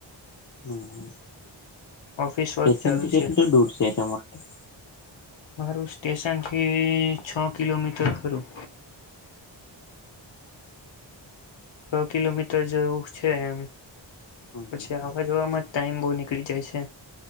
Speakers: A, on the left; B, on the left.
A: હમ
B: ઓફિસ વર્ક
A: સ્ટેશન
B: ચાલુ
A: ટ કેટલ
B: છે
A: તો દૂર છે એ તમા માટે <unintelligible>
B: મારું સ્ટેશનથી છ કિલોમીટર ખરું છ કિલોમીટર જેવું છે એમ
A: હમ
B: પછી
A: હમ
B: આવ જોવામાં ટાઈમ બહુ નીકળી જાય છે